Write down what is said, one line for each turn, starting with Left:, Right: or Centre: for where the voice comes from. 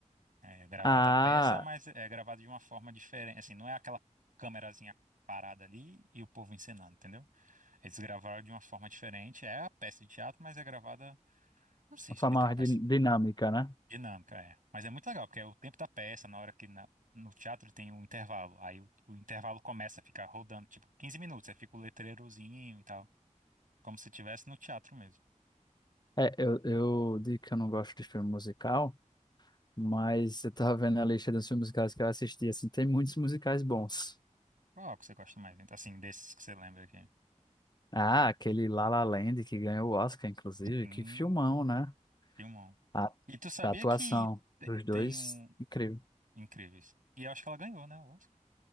Right: é gravada
Left: Ah,
Right: a peça, mas é gravado de uma forma diferente, assim, não é aquela câmerazinha parada ali e o povo encenando, entendeu? Eles gravaram de uma forma diferente. É a peça de teatro, mas é gravada, não sei
Left: a
Right: explicar,
Left: forma mais
Right: mas
Left: din- dinâmica, né?
Right: dinâmica é. Mas é muito legal, porque é o tempo da peça, na hora que na- no teatro tem um intervalo. Aí o, o intervalo começa a ficar rodando, tipo, 15 minutos, aí fica o letreirozinho e tal. Como se estivesse no teatro mesmo.
Left: É, eu, eu digo que eu não gosto de filme musical, mas eu tava vendo a lista dos filmes musicais que eu assisti, assim, tem muitos musicais bons.
Right: Qual que você gosta mais, então, assim, desses que você lembra aqui?
Left: Ah, aquele La La Land que ganhou o Oscar, inclusive.
Right: Hum,
Left: Que filmão, né?
Right: filmão.
Left: A,
Right: E tu sabia
Left: a atuação
Right: que te-
Left: dos dois,
Right: tem um...
Left: incrível.
Right: Incríveis. E eu acho que ela ganhou, né, o Oscar?